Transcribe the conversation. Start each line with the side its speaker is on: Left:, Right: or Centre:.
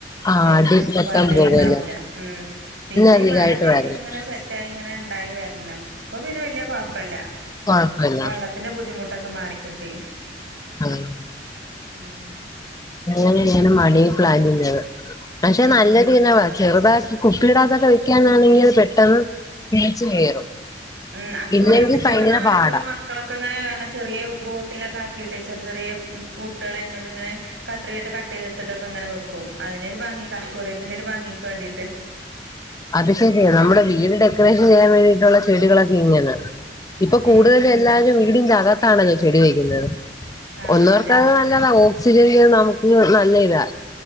Left: ആഹ്
Right: കണറ്റില്
Left: അടി മൊത്തം
Right: വള്ളേ
Left: പോകുവല്ലേ
Right: ഇണ്ടാവൂല്ല ഉം പിന്നെ
Left: അധികായിട്ട്
Right: ഈ മഴ പെയ്ത്
Left: വരണം
Right: ഇങ്ങനെ സെറ്റ് ആയി ഇങ്ങനെ ഇണ്ടായി വരണം ഇപ്പൊ പിന്നെ വലിയ കൊഴപ്പല്ല
Left: കൊഴപ്പമില്ല
Right: വള്ളത്തിന്റെ ബുദ്ധിമുട്ടൊക്കെ ക്കെ മാറിക്കിട്ടി
Left: അഹ്
Right: ഉം
Left: അങ്ങന ഞാൻ മണി പ്ലാന്റ് ചെയ്യുന്നത് പക്ഷെ
Right: ഉം
Left: നല്ലതനെ ചെറുതാക്കി കുപ്പിയിടകത്തൊക്കെ വെക്കാനാണെങ്കിൽ അത് പെട്ടെന്ന് പിടിച്ചു കയറും
Right: ഉം അക്കോറിയത്തിന്റെ
Left: ഇല്ലെങ്കിൽ ഭയങ്കര
Right: നാല്
Left: പാടാ
Right: പൊറം മക്കളൊക്കെ ഇങ്ങനെ കാണ ചെറിയ ബോട്ടിലൊക്കെ ആക്കിയിട്ട് ചെറിയ ചെറിയ പൊട്ടുകൾയ്മന്ന്ങ്ങനെ കത്രികയിട്ട് കട്ടയ്ത് എടുത്തിട്ടൊക്കെ അങ്ങനെ വെക്കും അതിനെ ഒരു ഭംഗി അക്കോറിയത്തിന്റെ ഒരു ഭംഗിക്ക് വേണ്ടീട്ട്
Left: അത് ശരിയാണ് നമ്മുടെ വീട് ഡെക്കറേഷൻ ചെയ്യാൻ വേണ്ടിയിട്ടുള്ള ചെടികളൊക്കെ ഇങ്ങനാ ഇപ്പൊ
Right: ഉം
Left: കൂടുതൽ എല്ലാരും വീടിന്റെ അകത്താണല്ലോ ചെടി വെക്കുന്നത്
Right: ആഹ്
Left: ഒന്നോർത്ത
Right: അതെ
Left: അത് നല്ലതാ ഓ ഓക്സിജന്റെ നമുക്ക് നല്ല ഇതാ